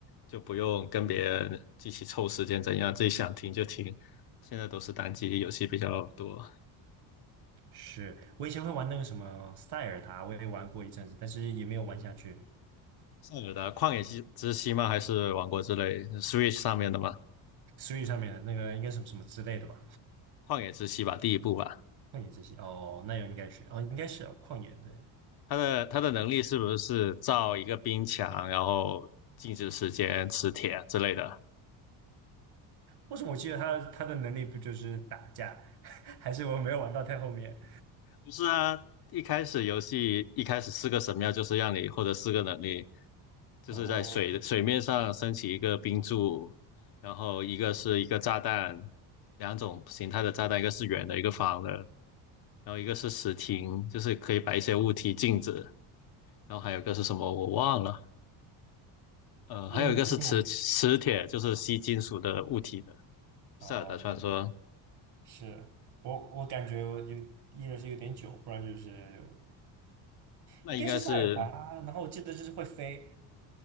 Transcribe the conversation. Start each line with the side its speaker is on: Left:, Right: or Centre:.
Left: 就不用跟别人一起凑时间怎样，自己想停就停。现在都是单机游戏比较多。
Right: 是我以前会玩那个什么塞尔达，我也玩过一阵子，但是也没有玩下去。
Left: 塞尔的，旷野之之息吗？还是王国之泪 Switch 上面的吗？
Right: Switch 上面的那个应该什么什么之类的吧？
Left: 旷野之息吧，第一部吧。
Right: 旷野之息哦，那应该是哦，应该是哦，旷野对。
Left: 它的它的能力是不是造一个冰墙，然后静止时间、磁铁之类的？
Right: 为什么我记得他他的能力不就是打架，<laughs> 还是我没有玩到太后面？
Left: 不是啊，一开始游戏一开始四个神庙就是让你获得四个能力，就是在水水面上升起一个冰柱，
Right: 哦，
Left: 然后一个是一个炸弹，两种形态的炸弹，一个是圆的，一个方的，然后一个是石亭，就是可以摆一些物体静止，然后还有一个是什么我忘了，呃，
Right: 为什么为什么我？
Left: 还有一个是磁磁铁，就是吸金属的物体的。塞尔达传说
Right: 哦，了解是我我感觉我有一个是有点久，不然就是
Left: 那应该是
Right: 应该是塞尔达，然后我记得就是会飞，